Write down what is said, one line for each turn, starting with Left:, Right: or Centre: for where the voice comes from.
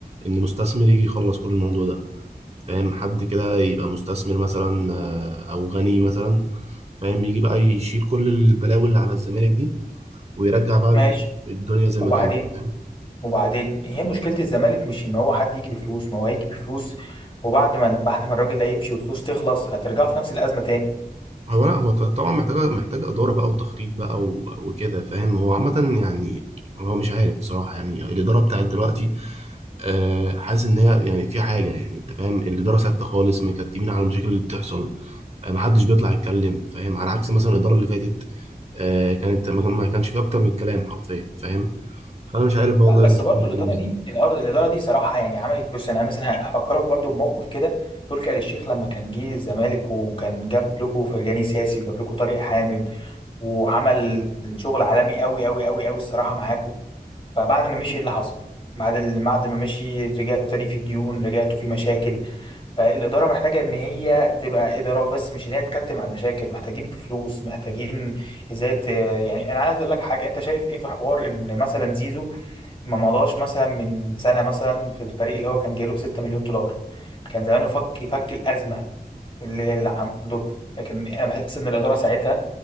Right: ان مستثمر يجي يخلص كل الموضوع ده فاهم حد كده يبقى مستثمر مثلا آه، او غني مثلا فاهم يجي بقى يشيل كل البلاوي اللي على الزمالك دي ويرجع بقى
Left: ماشي
Right: ال- الدنيا زي
Left: وبعدين
Right: ما كانت فاهم
Left: وبعدين هي مشكله الزمالك مش ان هو حد يجي بفلوس ما هو هيجي بفلوس وبعد ما بعد ما الراجل ده يمشي والفلوس تخلص هترجعوا في نفس الازمه تاني
Right: هو لا هو ط- طبعا محتاجة محتاجة إدارة بقى وتخطيط بقى و- وكده فاهم هو عامة يعني هو مش عارف بصراحة يعني الإدارة بتاعت دلوقتي آه، حاسس إن هي يعني في حاجة يعني أنت فاهم الإدارة ساكتة خالص مكتمين على المشاكل اللي بتحصل آه، محدش بيطلع يتكلم فاهم على عكس مثلا الإدارة اللي فاتت آه، كانت ما ما كانش فيه أكتر من الكلام حرفيا فاهم فأنا مش عارف بقى
Left: لا
Right: والله
Left: بس
Right: المشكلة
Left: برضو الاداره
Right: فين
Left: دي الأر- الاداره دي صراحه يعني عملت بص انا مثلا هفكرك برضو بموقف كده تركي آل الشيخ لما كان جه الزمالك وكان جاب لكم فرجاني ساسي وجاب لكم طارق حامد وعمل شغل عالمي قوي قوي قوي قوي الصراحه معاكم فبعد ما مشي ايه اللي حصل بعد ال- بعد ما مشي رجعتوا تاني في ديون رجعتوا في مشاكل فالاداره محتاجه ان هي تبقى اداره بس مش ان هي تكتم على المشاكل محتاجين في فلوس محتاجين ازاي ت- يعني انا عايز اقول لك حاجه انت شايف ايه في حوار ان مثلا زيزو ما مضاش مثلا من سنه مثلا في الفريق اللي هو كان جايله ب 6 مليون دولار كان زمانه فك فك الازمه اللي اللي عندكم لكن انا بحس ان الاداره ساعتها